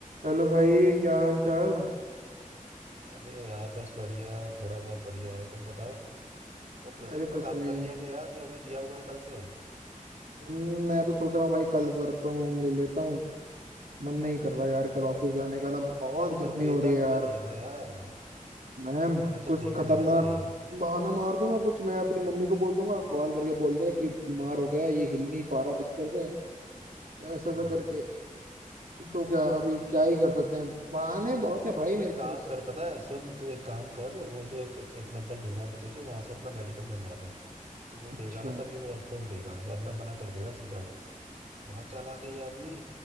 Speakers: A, on the right; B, on the right.
A: हेलो भाई क्या हाल चाल
B: अरे यार बस बढ़िया थोड़ा बहुत बढ़िया है तुम बताओ तो प्रोजेक्ट
A: अरे
B: पे
A: कुछ
B: काम
A: नहीं
B: कर लिया क्या यार जो हमें दिया हुआ है कल से
A: हम्म, मैं तो सोच रहा हूँ भाई कल वर्क फ्रॉम होम ले लेता हूँ मन नहीं कर रहा यार कल ऑफिस जाने का ना बहुत
B: परफॉर्म
A: गर्मी
B: देता
A: हो रही
B: भी
A: है यार
B: तो नहीं है ना यार
A: मैं
B: ये मैनेजर
A: कुछ
B: देगा
A: खतरनाक
B: नहीं ना भाई
A: बहाना मार दूंगा कुछ मैं अपनी मम्मी को बोल दूंगा कॉल करके बोल दे कि बीमार हो गया है, ये हिल नहीं पा रहा बिस्तर से ऐसा ऐसा
B: हाँ
A: करके तो क्या अभी क्या ही कर सकते हैं बहाने बहुत है भाई
B: तू
A: मेरे
B: एक काम
A: पास
B: कर पता है सुन तू एक काम कर वो जो एक एक नंबर दूंगा मैं तुझे वहां से अपना मेडिकल बनवा ले तो वो
A: अच्छा
B: देगा ना तभी वो परफॉर्म देगा वरना मना कर देगा सीधा वो बहुत चालाक है ये आदमी